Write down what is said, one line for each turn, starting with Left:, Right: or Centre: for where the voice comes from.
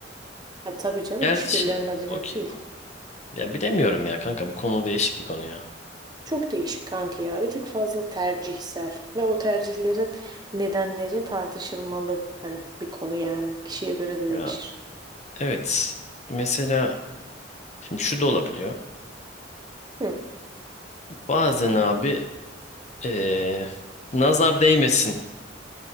Right: Ha, tabii canım
Left: Gerçi
Right: hiçbirilerine bile
Left: okey.
Right: yok değil.
Left: Ya bilemiyorum ya kanka bu konu değişik bir konu ya.
Right: Çok değişik kanki ya. Bir tık fazla tercihsel. Ve o tercihlerin nedenleri tartışılmalı. Hani bir konu yani. Kişiye göre de
Left: Ya
Right: değişir.
Left: evet. Mesela Şimdi şu da olabiliyor.
Right: Hı.
Left: Bazen abi eee, nazar değmesin